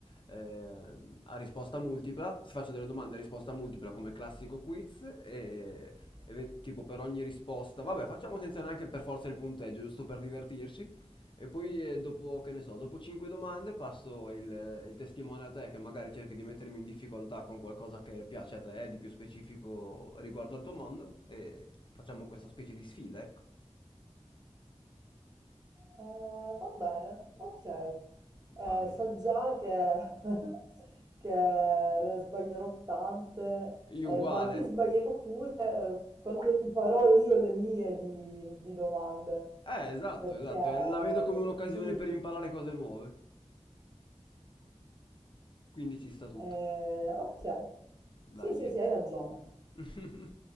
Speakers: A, on the left; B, on the right.
A: ehm, a risposta multipla, ti faccio delle domande a risposta multipla come il classico quiz e, e ve- tipo per ogni risposta, vabbè, facciamo senza neanche per forza il punteggio, giusto per divertirci. E poi eh, dopo, che ne so, dopo 5 domande passo il, eh, il testimone a te che magari cerchi di mettermi in difficoltà con qualcosa che piace a te, di più specifico riguardo al tuo mondo e facciamo questa specie di sfida, ecco.
B: Eh, va bene, ok. Eh,
A: Va bene.
B: so già che, <laughs> che ne sbaglierò tante,
A: Io
B: e
A: uguale.
B: magari sbaglierò pure eh, quando ti farò io le mie di, di domande,
A: Eh, esatto,
B: perché
A: esatto, eh, la vedo come un'occasione
B: sì,
A: per imparare cose nuove. Quindi ci sta tutto.
B: eh, ok.
A: Dai.
B: Sì, sì,
A: eh.
B: sì, hai ragione.
A: <laughs>